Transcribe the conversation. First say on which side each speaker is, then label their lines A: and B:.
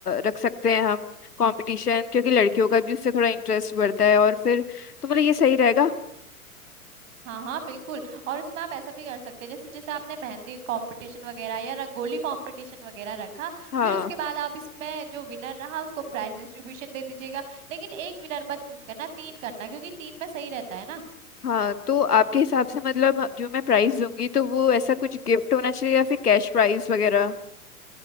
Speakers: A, on the left (about 90°); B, on the right (about 60°).
A: रख सकते हैं हम कंपटीशन क्योंकि लड़कियों का भी उससे थोड़ा इंटरेस्ट बढ़ता है और फिर तो मतलब ये सही रहेगा
B: हाँ हाँ बिल्कुल और उसमें आप ऐसा भी कर सकते हैं जैसे जैसे आपने मेहंदी कंपटीशन वगैरह या रंगोली कंपटीशन वगैरह रखा
A: हाँ
B: फिर उसके बाद आप इसमें जो विनर रहा उसको प्राइज डिस्ट्रीब्यूशन दे दीजिएगा लेकिन एक विनर मत चूज करना तीन करना क्योंकि तीन में सही रहता है ना
A: हाँ तो आपके हिसाब से मतलब जो मैं प्राइस दूंगी तो वो ऐसा कुछ गिफ्ट होना चाहिए या फिर कैश प्राइस वगैरह